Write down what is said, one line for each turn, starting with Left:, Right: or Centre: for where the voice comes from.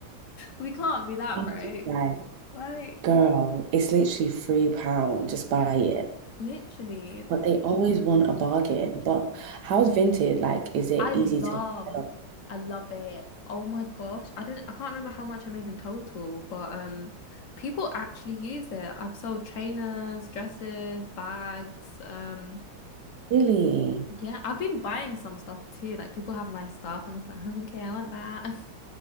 Left: We can't be that
Right: I was
Left: broke.
Right: just like,
Left: Like,
Right: Girl, it's literally three pound. Just buy it.
Left: literally.
Right: But they always want a bargain. But how's Vinted? Like, is it
Left: I love,
Right: easy to sell? off?
Left: I love it. Oh my gosh. I don't, I can't remember how much I made in total, but um, people actually use it. I've sold trainers, dresses, bags. Um,
Right: Really?
Left: Yeah, I've been buying some stuff too. Like people have nice stuff, and it's like, <laughs> okay, I want that. <laughs>